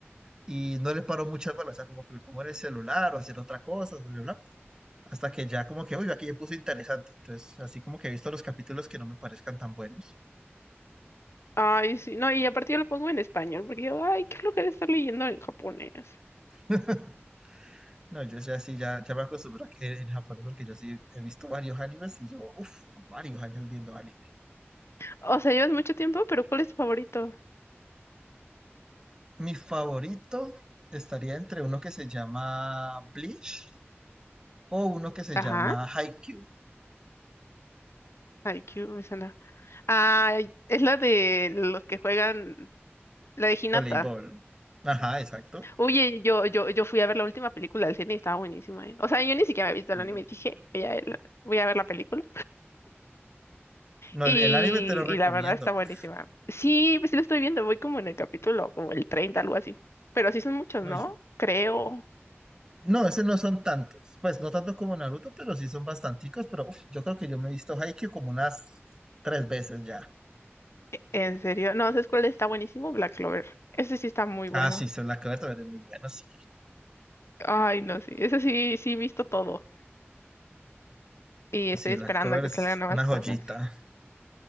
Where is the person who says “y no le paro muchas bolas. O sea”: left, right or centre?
Right